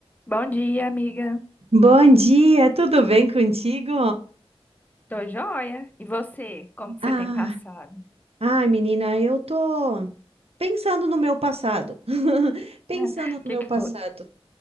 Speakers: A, on the left; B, on the right.
A: Bom dia, amiga.
B: Bom dia, tudo bem contigo?
A: Tô joia. E você? Como que
B: Ah,
A: você tem passado?
B: ai, menina, eu tô pensando no meu passado. <laughs>
A: <laughs>
B: Pensando
A: O
B: no
A: que
B: meu
A: que
B: passado.
A: foi?